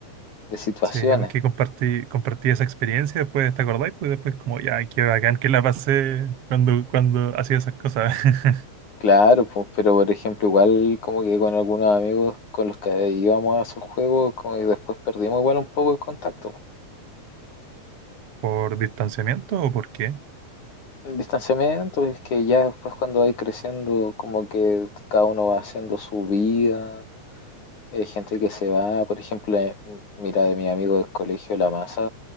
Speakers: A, on the left; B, on the right.
A: de situaciones.
B: Sí, porque compartí, compartí esa experiencia después, ¿te acordáis? Pues después como, ya, qué bacán que la pasé cuando, cuando hacía esas cosas. <laughs>
A: Claro, pues, pero por ejemplo, igual como que con algunos amigos con los que íbamos a esos juegos, como y después perdimos igual un poco el contacto.
B: ¿Por distanciamiento o por qué?
A: pues, El distanciamiento es que ya después cuando vais creciendo, como que cada uno va haciendo su vida, Hay gente que se va, por ejemplo, eh, m- mira, de mi amigo del colegio, la masa,